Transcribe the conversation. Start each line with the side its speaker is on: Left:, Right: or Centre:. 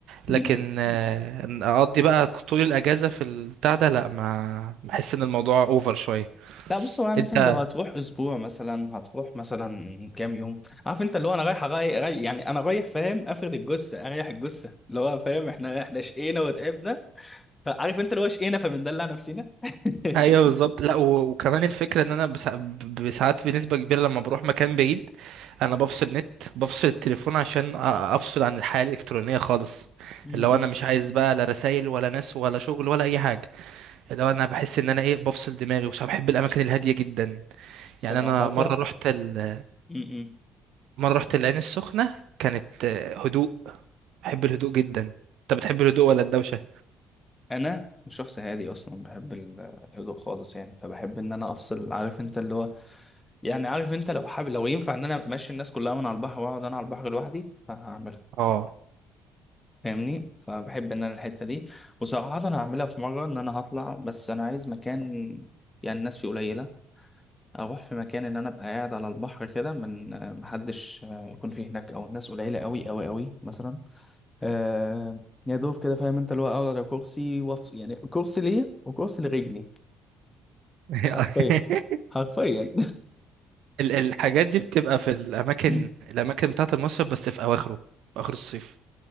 Left: م-
Right: لكن
Left: م-
Right: آه، إن اقضي بقى طول الاجازة في البتاع ده لا ما بحس ان الموضوع اوفر شوية
Left: لا بص هو أنا مثلا
Right: انت
Left: لو هتروح اسبوع مثلا هتروح مثلا كام يوم عارف انت اللي هو انا رايح أغير رايح يعني انا رايح فاهم افرد الجثه اريح الجثه اللي هو فاهم احنا احنا شقينا وتعبنا فعارف انت اللي هو شقينا فبندلع نفسنا <laughs>
Right: <laughs> ايوه بالظبط لا و... وكمان الفكرة ان انا بسا... ب- ساعات بنسبة كبيرة لما بروح مكان بعيد انا بفصل نت بفصل التليفون عشان أ- افصل عن الحياة الالكترونية خالص
Left: م-م.
Right: اللي هو انا مش عايز بقى لا رسايل ولا ناس ولا شغل ولا اي حاجة اللي هو انا بحس ان انا ايه بفصل دماغي وش بحب الاماكن الهاديه جدا
Left: صراحه
Right: يعني انا مره رحت ال...
Left: م-م.
Right: مره رحت العين السخنه كانت آه، هدوء بحب الهدوء جدا انت بتحب الهدوء ولا الدوشه
Left: انا شخص هادي اصلا بحب ال- الهدوء خالص يعني فبحب ان انا افصل عارف انت اللي هو يعني عارف انت لو حابب لو ينفع ان انا امشي الناس كلها من على البحر واقعد انا على البحر لوحدي فهعملها
Right: اه
Left: فاهمني فبحب ان انا الحته دي وصراحه انا هعملها في مره ان انا هطلع بس انا عايز مكان يعني الناس فيه قليله اروح في مكان ان انا ابقى قاعد على البحر كده من آه، محدش آه، يكون فيه هناك او الناس قليله قوي قوي قوي مثلا آه يا دوب كده فاهم انت اللي هو اقعد على كرسي وافصل يعني كرسي ليا وكرسي لرجلي
Right: <laughs>
Left: حرفيا حرفيا
Right: ال- الحاجات دي بتبقى في الاماكن
Left: <laughs>
Right: الاماكن بتاعه المصيف بس في اواخره في اخر الصيف